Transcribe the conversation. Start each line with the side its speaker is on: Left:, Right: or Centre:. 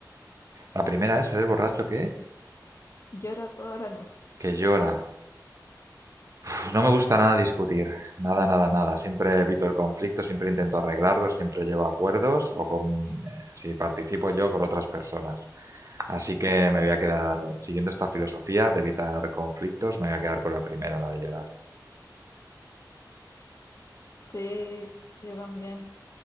Right: La primera es, ¿eres borracho qué?
Left: Llora toda la noche.
Right: Que llora. Pues No me gusta nada discutir, nada, nada, nada. Siempre evito el conflicto, siempre intento arreglarlo, siempre llego a acuerdos o con, eh, si participo yo con otras personas. Así que me voy a quedar, siguiendo esta filosofía de evitar conflictos, me voy a quedar con la primera, la de llorar.
Left: Sí, yo también.